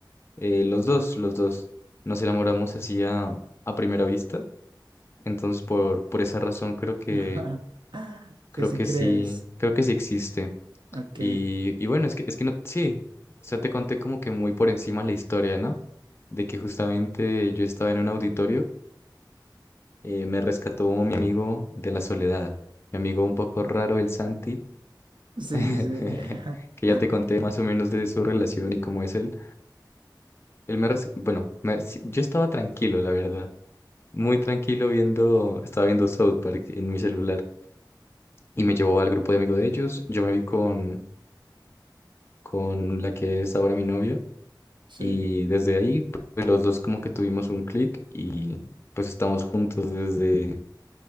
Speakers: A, on the left (about 30°); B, on the right (about 80°).
A: Eh, los dos, los dos nos enamoramos así a, a primera vista. Entonces, por, por esa razón creo que,
B: <laughs>
A: creo
B: Que si
A: que
B: crees.
A: sí, creo que sí existe.
B: Ok.
A: Y, y bueno, es que, es que no, sí, o sea, te conté como que muy por encima la historia, ¿no? De que justamente yo estaba en un auditorio, eh, me rescató mi amigo de la soledad, mi amigo un poco raro, el Santi,
B: Sí,
A: <laughs>
B: sí, sí. <laughs>
A: que ya te conté más o menos de su relación
B: Mm.
A: y cómo es él. Él me, res- bueno, me- sí, yo estaba tranquilo, la verdad. muy tranquilo viendo, estaba viendo South Park en mi celular y me llevó al grupo de amigos de ellos. Yo me vi con, con la que es ahora mi novia
B: Sí.
A: y desde ahí pues los dos como que tuvimos un clic y pues estamos juntos desde